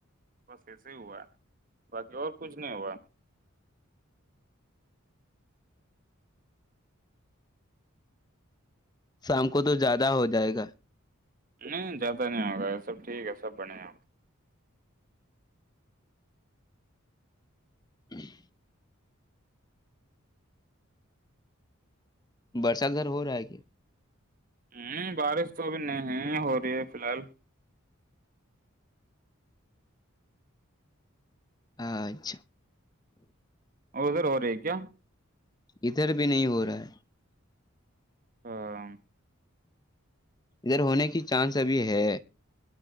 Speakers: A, on the right (about 40°); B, on the left (about 20°).
A: بس ایسے ہی ہوا ہے باقی اور کچھ نہیں ہوا
B: شام کو تو زیادہ ہو جائے گا
A: نہیں زیادہ نہیں ہوگا یہ سب ٹھیک ہے سب بنے ہیں
B: ہوں <unintelligible> برسات اھر ہو رہا ہے کہ
A: ہوں بارش تو ابھی نہیں ہو رہی ہے فی الحال
B: اچھا
A: ہو سر اور ر کیا <unintelligible>
B: ادھر بھی نہیں ہو رہا ہے
A: ہاں
B: ادھر ہونے کی چانس ابھی ہے